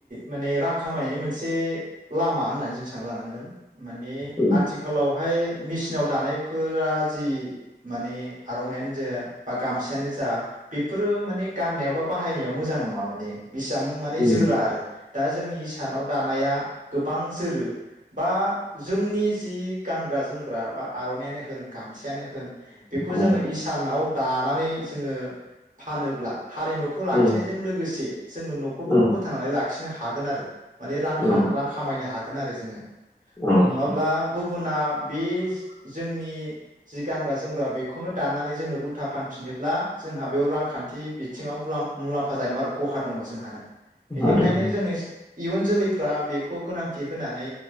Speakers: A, on the right; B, on the left.
A: माने रां खामायनायनि मोनसे लामा होननानै जों सानना लानांगोन। माने
B: औ
A: आथिखालावहाय मेसिनाव दानायफोरा जि माने आर'नायानो जा बा गामसायानो जा बेफोरो माने गाननायाव बा बाहायनायाव मोजां नङा माने बेसिबां माने
B: औ
A: जोरा आरो दा जोंनि इसानाव दानाया गोबां जोरो बा जोंनि जि गानग्रा जोमग्रा बा आर'नायानो होन गामसायानो होन बेखौ
B: औ
A: जोङो इसानाव दानानै जोङो फानोब्ला हारिमुखौ लाखिनायजों
B: औ
A: लोगोसे जोङो न'खरखौबो
B: औ
A: फोथांनानै ला लाखिनो हागोन आरो। माने रां खा
B: औ
A: रां खामायनो हागोन आरो। जोङो।
B: औ
A: नङाब्ला
B: औ
A: गुबुना बे जोंनि जि गानग्रा जोमग्रा बेखौनो दानानै जोंनो उल्था फानफिनोब्ला जोंहा बेयाव रांखान्थि बि बिथिङाव मुलाम मुलाम्फा जानाय आरो खहा दङ जोंहानो। बेनिखायनो
B: हा दङ
A: जोंनि इयुन जोलैफ्रा बेखौ गोनांथि होनानै